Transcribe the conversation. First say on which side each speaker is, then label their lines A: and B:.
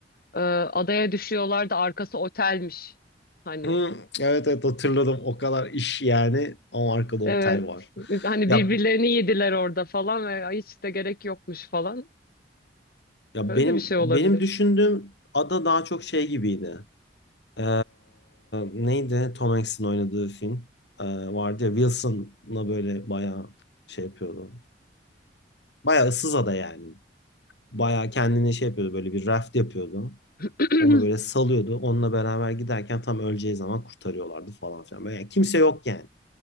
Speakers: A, on the left (about 55°); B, on the left (about 75°).
A: Ee, adaya düşüyorlar da arkası otelmiş. Hani
B: Hı, evet evet hatırladım. O kadar iş yani ama arkada otel
A: evet.
B: var.
A: Hani
B: Ya
A: birbirlerini yediler orada falan ve "Ay, hiç de gerek yokmuş falan.
B: ya
A: Öyle
B: benim
A: de bir şey
B: benim
A: olabilir.
B: düşündüğüm ada daha çok şey gibiydi. Ee, neydi Tom Hanks'in oynadığı film Ee, vardı ya Wilson'la böyle bayağı şey yapıyordu. Bayağı ıssız ada yani. Bayağı kendine şey yapıyordu böyle bir raft yapıyordu.
A: <clears throat>
B: Onu böyle salıyordu. Onunla beraber giderken tam öleceği zaman kurtarıyorlardı falan filan. Böyle yani kimse yok yani